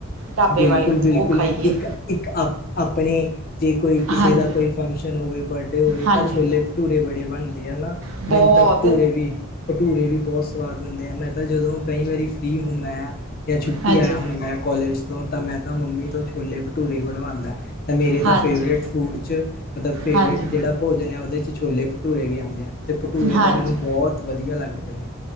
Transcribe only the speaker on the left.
ਬਿਲਕੁਲ
ਬਿਲਕੁਲ,
ਇੱਕ-ਇੱਕ ਆਪ ਆਪਣੇ ਜੇ ਕੋਈ ਕਿਸੇ
ਦਾ ਕੋਈ ਫੰਕਸ਼ਨ ਹੋਵੇ, ਬਾਡੇ ਹੋਵੇ
ਤਾਂ ਛੋਲੇ ਭਟੂਰੇ ਬੜੇ ਬਣਦੇ ਆ ਹਨਾ,
ਮੈਨੂੰ ਤਾਂ ਭਟੂਰੇ ਵੀ ਭਟੂਰੇ ਵੀ ਬਹੁਤ ਸਵਾਦ ਹੁੰਦੇ ਆ, ਮੈਂ ਤਾਂ ਜਦੋਂ ਕਈ ਵਾਰੀ ਫ੍ਰੀ ਹੁੰਦਾ ਆ ਜਾਂ ਛੁੱਟੀ
ਆਇਆ ਹੋਵਾਂ ਮੈਂ ਕਾਲੇਜ ਤੋਂ ਤਾਂ ਮੈਂ ਤਾਂ ਮੰਮੀ ਤੋਂ ਛੋਲੇ ਭਟੂਰੇ ਬਣਵਾਂਦਾ। ਤਾਂ ਮੇਰੇ
ਤਾਂ ਫੇਵਰੇਟ ਫੂਡ 'ਚ ਮਤਲਬ ਫੇਵਰੇਟ
ਜਿਹੜਾ ਭੋਜਨ ਆ ਉਹਦੇ 'ਚ ਛੋਲੇ ਭਟੂਰੇ ਵੀ ਆਂਦੇ ਆ ਤੇ ਭਟੂਰੇ
ਤਾਂ ਮੈਨੂੰ ਬਹੁਤ ਵਧੀਆ ਲੱਗਦੇ ਨੇ।